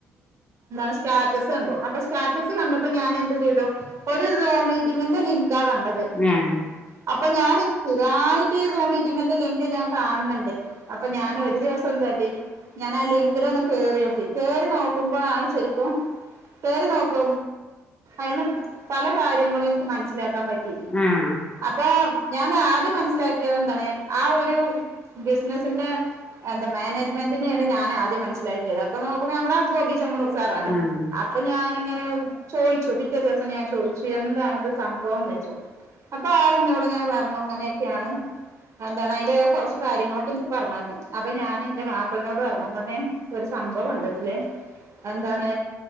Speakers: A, on the right; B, on the left.
A: സ്റ്റാറ്റസ് കണ്ടു അപ്പോൊ ഞാൻ എന്ത് ചെയ്തു ഒരു സോൺ മീറ്റിങ്ങിന്റെ ലിങ്കാ കണ്ടത്
B: ആഹ്
A: അപ്പൊ ഞാാന് സ്ഥിരായിട്ട് സമട്ട ഇങ്ങനെ ലിങ്ക് ഞാൻ കാണണ്ട് അപ്പൊ ഞാനൻ ഒരു ദിവസം ഞാാനാല്ലെങ്കില ഒന്ന് കേറി നോക്കി കേറി നോക്കുമ്പോ നാണ് ശരിപ്പ വേറി നോക്ക അന്ന് പല കാര്യങ്ങളും എനിക്ക് മനസിലാക്കാൻ പറ്റി
B: ആഹ്
A: അപ്പൊ ഞാൻ ആദ്യം മനസ്സിലാക്കിയത് എന്താണ് ആ ഒരു ബിസിനസിന്റെ എന്താ മാനേജ്മെന്റിനെയാണ് ഞാ ആദ്യം മനസിലാക്കിയത് അപ്പൊ നോക്കുമ്പോ നമ്മുടെ ഗോബി ചമ്മ സാ
B: ആഹ്
A: അപ്പൊ ഞാനിങ്ങനെ ചോിച്ചു പിറ്റേ ദിവസ ഞാൻ ചോദിച്ചു എന്താാണ്ത് സംഭവം എന്ന് വെച്ചോ അപ്പൊ ആള ഇന്നോട് ഇങ്ങനെ പറഞ്ഞു ഇങ്ങനെയൊക്കെയാണ് എന്താണ് അതിന്റെ കുറച്ചച്ച് കാര്യങ്ങളൊക്കെ എനിക്ക് പറഞ്ഞരുന്നു അപ്പൊ ഞാൻ എന്റെ മാപ്പിളിനോട് പറഞ്ഞ ഒരു സംഭവം ഉണ്ടട്ടല്ലേ എന്താണ്